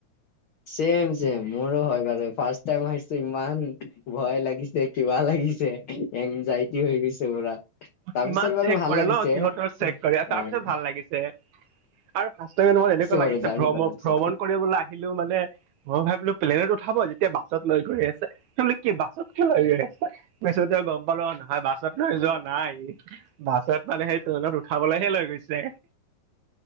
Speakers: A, on the left (about 80°); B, on the right (about 75°).
A: চম চেম চেম, মোৰো হয় ব ফাৰ্ষ্ট টাইম আহিছো ইমান ভয় লাগিছে কিবা লাগি এনজাইটি হৈ গৈছে পুৰা। তাৰপিছত
B: কিমান
A: বাৰু
B: চেক
A: ভাল
B: কৰে
A: লাগিছে,
B: ন সিহঁতৰ চেক কৰে তাৰ
A: আহ
B: পিছত ভাল লাগিছে আৰু ফাৰ্ষ্ট টাইম ত এনেকুৱা
A: বাৰু
B: লাগিছে
A: জাৰ্ণি
B: ভ্ৰমণ
A: কৰাৰ পিছত।
B: ভ্ৰমণ কৰিবলৈ আহিলো মানে মই ভাবিলো প্লেনত উঠাব যেতিয়া বাছত লৈ গৈ আছে কি বাছত কেলে লৈ গৈ আছে, পিছতে গম পালো নহয় বাছত লৈ যোৱা নাই বাছত মানে সেই ট্ৰেইনত উঠাবলৈহে লৈ গৈছে